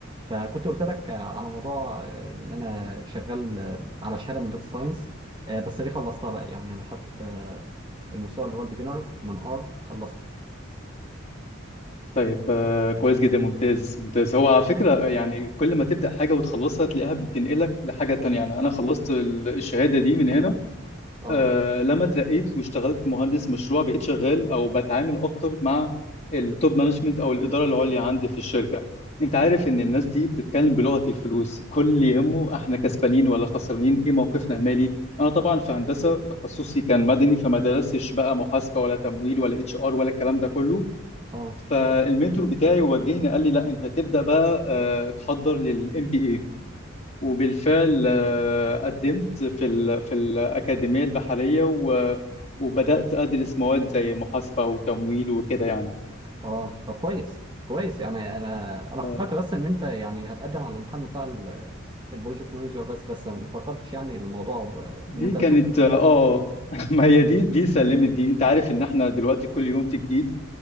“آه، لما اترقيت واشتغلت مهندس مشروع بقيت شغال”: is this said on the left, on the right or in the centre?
Left